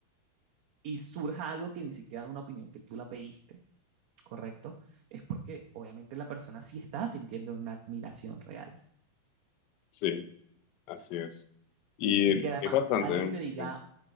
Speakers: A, on the right (about 50°); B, on the left (about 45°).
A: y surja algo que ni siquiera una opinión que tú la pediste, ¿correcto? Es porque obviamente la persona sí está sintiendo una admiración real
B: Sí, así es. Y
A: y que además
B: es bastante,
A: alguien
B: ¿eh?
A: te diga,
B: sí.